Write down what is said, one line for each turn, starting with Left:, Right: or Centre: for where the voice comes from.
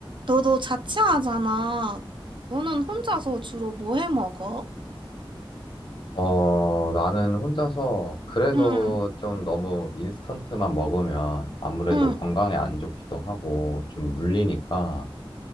Right: 너도 자취하잖아. 너는 혼자서 주로 뭐 해 먹어?
Left: 어, 나는 혼자서 그래도
Right: 응,
Left: 좀 너무 인스턴트만 먹으면 아무래도
Right: 응.
Left: 건강에 안 좋기도 하고 좀 물리니까